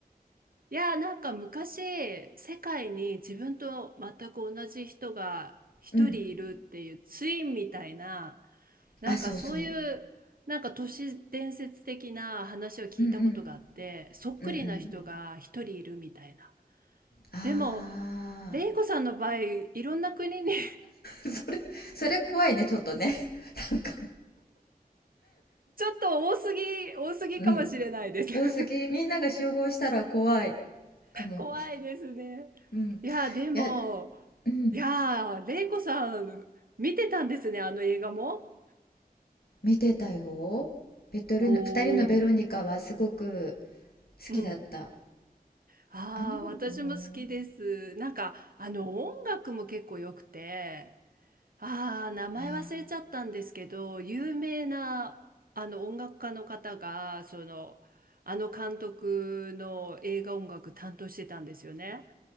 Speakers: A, on the right; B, on the left.
A: いやー、なんか昔、世界に自分と全く同じ人が一人いるっていうツインみたいな、
B: うん
A: なんかそういう、
B: あそうそう
A: なんか都市伝説的な話を聞いたことがあって、
B: うんうん
A: そっくりな人が一人いるみたいな。
B: うんうんあ
A: でも、レイコさんの場合、いろんな国に
B: ー <laughs> それそれ怖いねちょっとね <laughs> なんか
A: ちょっと多すぎ、多すぎかもしれないです。
B: <laughs> うん多すぎみんなが集合したら怖い
A: <laughs>
B: かも
A: 怖いですね。
B: うんい
A: いや、でも、
B: やうん
A: いや、レイコさん、見てたんですね、あの映画も。
B: 見てたよベトルの二人のベロニカはすごく
A: おお、
B: 好きだった
A: うん。ああ、
B: あのうん
A: 私も好きです。なんか、あの、音楽も結構良くて、ああ、名前忘れちゃったんですけど、
B: あ
A: 有名な、あの、音楽家の方が、その、あの監督の映画音楽担当してたんですよね。